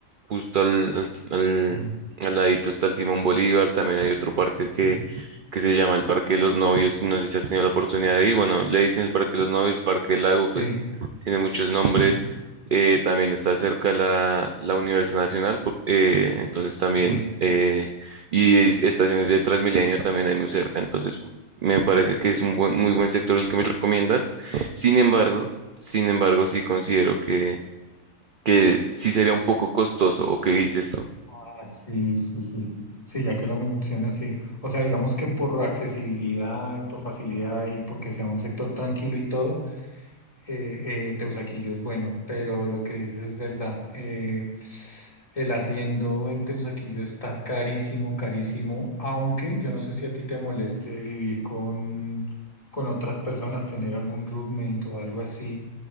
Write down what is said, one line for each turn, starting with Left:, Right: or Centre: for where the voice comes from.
Right: justo al, al, al-
Left: Mm,
Right: al ladito está el Simón Bolívar, también hay otro parque que,
Left: mm,
Right: que se llama el Parque de los Novios, y no sé si has tenido la oportunidad
Left: mm.
Right: de ir, bueno, le dicen el Parque de los Novios, el Parque del Lago, pues
Left: Sí,
Right: tiene muchos nombres.
Left: sí,
Right: eh, también está cerca la, la Universidad Nacional, po- eh, entonces también
Left: sí.
Right: eh, y es- estaciones de Transmilenio también hay muy cerca, entonces me parece que es un buen- muy buen sector el que me recomiendas. Sin embargo, sin embargo, sí considero que, que sí sería un poco costoso, ¿o qué dices tú?
Left: Ah, sí, sí, sí. Sí, ya que lo mencionas, sí. O sea, digamos que por accesibilidad, por facilidad y porque sea un sector tranquilo y todo. eh, eh, Teusaquillo es bueno, pero lo que dices es verdad. Eh, el arriendo en Teusaquillo está carísimo, carísimo, aunque yo no sé si a ti te moleste vivir con, con otras personas, tener algún roommate o algo así.